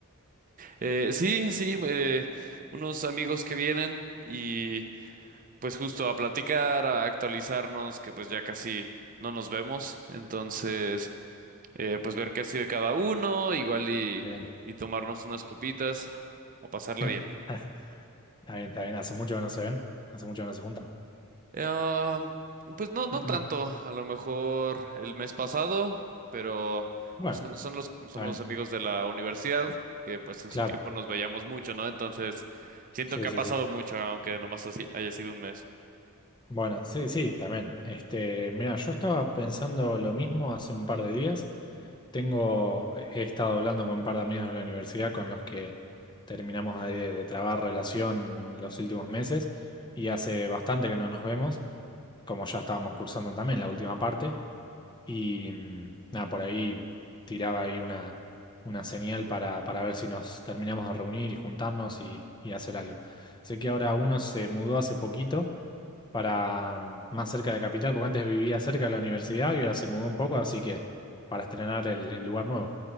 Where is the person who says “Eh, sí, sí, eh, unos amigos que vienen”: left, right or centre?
Right